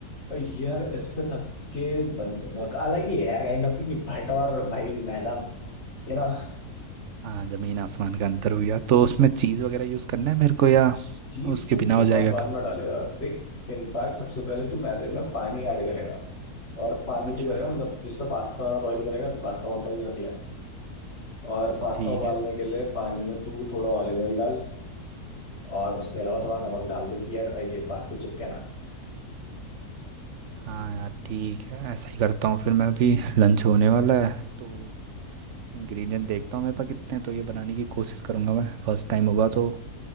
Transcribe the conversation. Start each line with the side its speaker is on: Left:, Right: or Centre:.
Left: और यार इस पे थक्के बंद अलग ही है यार काइंड ऑफ क्योंकि भट और भाई मैदा ये ना
Right: हाँ जमीन आसमान का अंतर हो गया तो उसमें चीज़ वगैरह यूज़ करना है मेरे को या
Left: चीज
Right: उसके
Left: तो
Right: बिना हो
Left: बहुत
Right: जाएगा
Left: बाद
Right: काम
Left: में डालेगा देख इनफैक्ट सबसे पहले तू मैदे में पानी ऐड करेगा और पानी
Right: अच्छा
Left: तो करेगा मतलब जिसमें पास्ता बॉईल करेगा तो पास्ता वाटर भी रख ले और पास्ता
Right: ठीक
Left: उबालने
Right: है
Left: के लिए पानी में तू थोड़ा ऑलिव ऑयल डाल और उसके अलावा थोड़ा नमक डाल दे कि यार ये पास्ते चिपके ना
Right: हाँ यार ठीक है ऐसा ही करता हूँ फिर मैं अभी लंच होने वाला है तो इंग्रेडिएंट देखता हूँ मेरे पास कितने हैं, तो ये बनाने की कोशिश करूँगा मैं फर्स्ट टाइम होगा तो